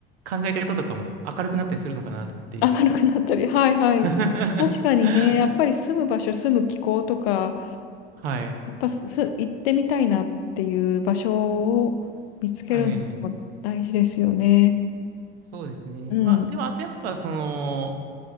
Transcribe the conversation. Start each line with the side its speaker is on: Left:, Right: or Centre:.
Right: 考え方とかも明るくなったりするのかなと思って。
Left: 明るくなったり、はいはい。
Right: <laughs>
Left: 確かにね、やっぱり住む場所、住む気候とか、
Right: はい。
Left: やっぱす、行ってみたいなっていう場所を見つけるのも大事ですよね。
Right: ええ、そうですね。
Left: うん。
Right: まあ、でも、あとやっぱ、その、